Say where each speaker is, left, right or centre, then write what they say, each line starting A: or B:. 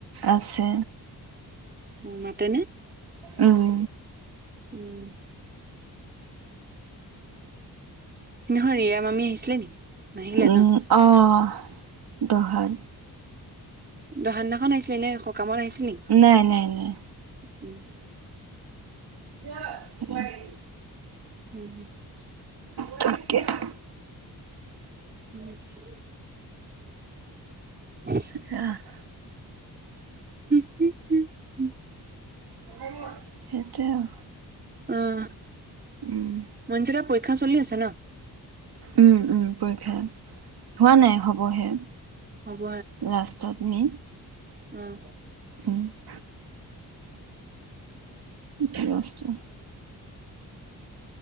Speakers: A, on the right (about 75°); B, on the right (about 25°).
A: আছে।
B: উম, মাতেনে?
A: উম।
B: উম। সিদিনা খন ৰিয়া মামী আহিছিলে নেকি? নাহিলে
A: উম,
B: ন?
A: অ', দহাত।
B: দহা দিনাখন আহিছিলে এনে সকামত আহছিল নেকি?
A: নাই, নাই, নাই।
B: উম।
A: <inaudible>
B: <inaudible>
A: <inaudible>
B: <inaudible> <inaudible>
A: <inaudible>
B: <inaudible>
A: সেইটোৱেই আৰু।
B: উম।
A: <inaudible>
B: মনজিতৰ পৰীক্ষা চলি আছে ন?
A: উম, উম, পৰীক্ষা। হোৱা নাই, হ'বহে
B: হ'ব
A: লাষ্টত নি।
B: উম।
A: <inaudible> <inaudible>